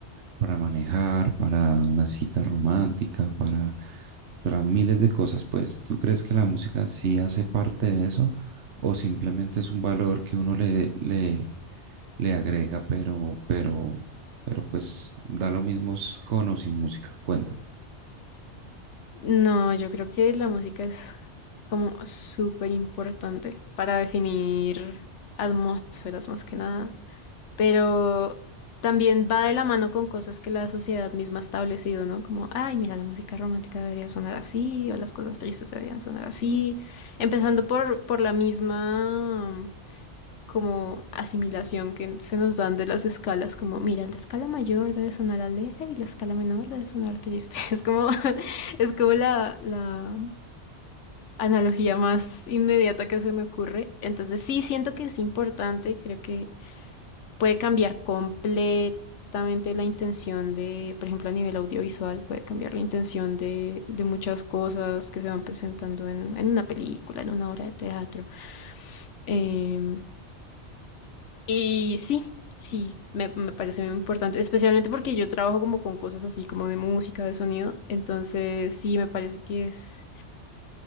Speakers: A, on the right (about 75°); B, on the left (about 85°).
A: para manejar, para una cita romántica, para, para miles de cosas? Pues, ¿tú crees que la música sí hace parte de eso o simplemente es un valor que uno le, le, le agrega, pero, pero, pero pues da lo mismo s- con o sin música? Cuéntame.
B: No, yo creo que la música es como súper importante para definir atmósferas más que nada. pero también va de la mano con cosas que la sociedad misma ha establecido, ¿no? Como, ay, mira, la música romántica debería sonar así, o las cosas tristes deberían sonar así, empezando por, por la misma como asimilación que se nos dan de las escalas, como, mira, la escala mayor debe sonar alegre y la escala menor debe sonar triste. <laughs> Es como, <laughs> es como la, la analogía más inmediata que se me ocurre. Entonces sí, siento que es importante, creo que puede cambiar completamente la intención de, por ejemplo, a nivel audiovisual, puede cambiar la intención de, de muchas cosas que se van presentando en, en una película, en una obra de teatro. Em, y sí, sí, me, me parece muy importante, especialmente porque yo trabajo como con cosas así, como de música, de sonido, entonces sí, me parece que es,